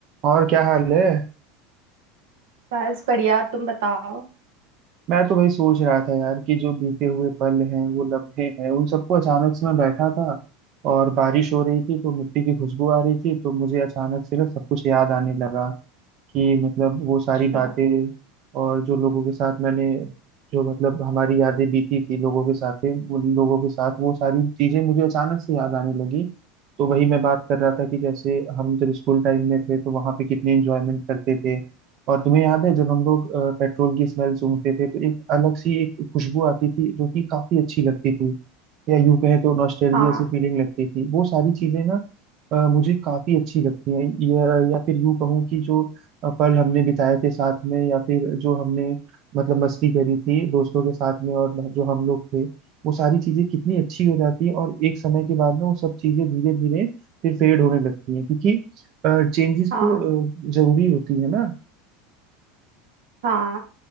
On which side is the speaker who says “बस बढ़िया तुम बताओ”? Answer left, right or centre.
Right